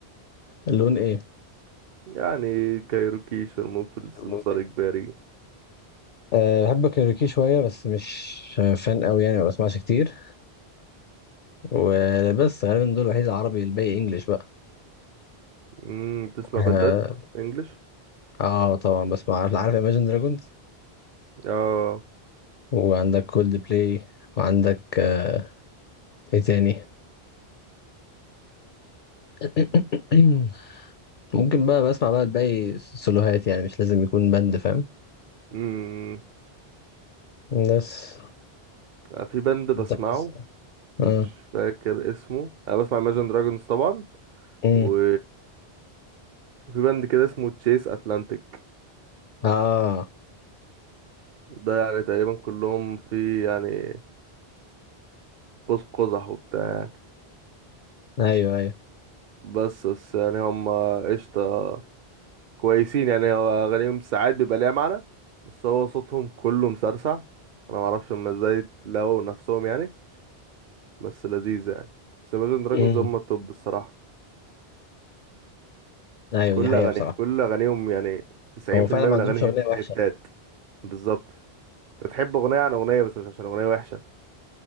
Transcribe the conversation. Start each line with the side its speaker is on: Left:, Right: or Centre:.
Left: لون إيه؟
Right: يعني كايروكي شرموفرز
Left: ممكن.
Right: مسار اجباري
Left: أه بحب كايروكي شوية بس مش فان قوي يعني ما بسمعش كتير وبس غالبا دول الوحيد العربي الباقي انجلش بقى
Right: امم تسمع
Left: اه
Right: بندات انجلش
Left: آه، طبعا بسمع عارف عارف Imagine Dragons
Right: اه
Left: وعندك كولد بلاي وعندك آه ايه تاني <clears throat> ممكن بقى بسمع بقى الباقي سولوهات يعني مش لازم يكون بند فاهم
Right: امم
Left: بس
Right: في بند بسمعه
Left: انت بس امم
Right: مش فاكر اسمه انا بسمع Imagine Dragons طبعا
Left: امم
Right: و... وفي بند كده اسمه تشيس اتلانتيك
Left: اه
Right: ده يعني تقريبا كلهم في يعني قوس قزح وبتاع يعني
Left: ايوه ايوه
Right: بس بس يعني هم قشطة كويسين يعني هو أغانيهم ساعات بيبقى ليها معنى بس هو صوتهم كله مسرسع أنا معرفش هما ازاي لقوا نفسهم يعني بس لذيذ يعني بس Imagine Dragons
Left: امم
Right: هم التوب الصراحة
Left: ايوه
Right: كل
Left: دي حقيقة
Right: أغانيهم
Left: بصراحة
Right: كل أغانيهم يعني تسعين
Left: هو
Right: في
Left: فعلا
Right: المية
Left: ما
Right: من
Left: عندهمش
Right: الأغاني
Left: أغنية
Right: هت...
Left: وحشة
Right: هتات بالظبط أنت تحب أغنية عن أغنية بس مش عشان أغنية وحشة